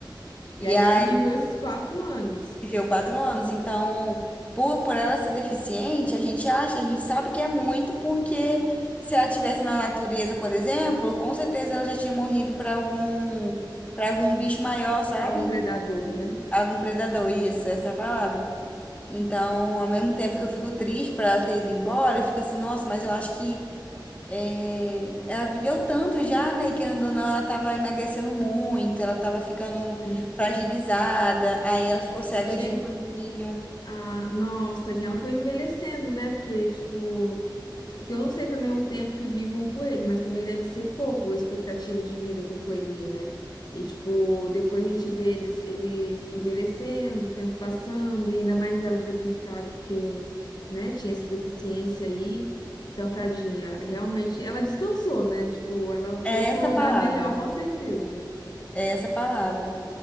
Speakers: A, on the left (about 15°); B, on the left (about 60°).
A: E
B: E aí
A: aí.
B: ela viveu esses quatro anos,
A: Viveu quatro anos, então, por, por ela ser deficiente, a gente acha, a gente sabe que é muito, porque se ela tivesse na natureza, por exemplo, com certeza ela já tinha morrido para algum, para algum bicho maior, sabe?
B: algum predador, né?
A: Algum predador, isso, essa é a palavra. Então, ao mesmo tempo que eu fico triste por ela ter ido embora, eu fico assim, nossa, mas eu acho que é, ela viveu tanto já, né? E querendo ou não, ela tava emagrecendo muito, ela tava ficando
B: Hum.
A: fragilizada, aí ela ficou cega
B: E tinha.
A: de um olhinho.
B: Ah, nossa, tadinha, ela foi envelhecendo, né? Porque, tipo, Porque eu não sei também o tempo que vive um coelho, mas também deve ser pouco a expectativa de vida para um coelhinho, né? E, tipo, depois a gente vê eles, eles envelhecendo, o tempo passando, e ainda mais ela debilitada, porque, né, tinha essa deficiência aí. Então, tadinha, realmente, ela descansou, né? Tipo, ela foi
A: É
B: para
A: essa
B: um lugar
A: palavra,
B: melhor, com certeza.
A: é essa palavra.